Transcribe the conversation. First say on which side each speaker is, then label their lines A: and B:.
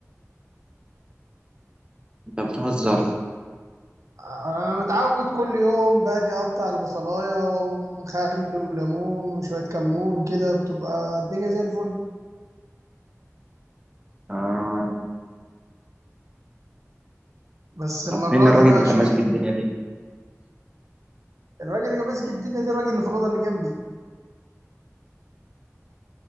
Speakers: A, on the right; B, on the right.
A: انت بتهزر
B: انا متعود كل يوم باجي اقطع البصلايه ومخل وليمون وشويه كمون كده بتبقى الدنيا زي الفل
A: آه.
B: بس المره
A: طب فين الراجل
B: دي بقى
A: اللي كان
B: شويه
A: ماسك الدنيا دي؟
B: الراجل اللي كان ماسك الدنيا دي الراجل اللي في الاوضه اللي جنبي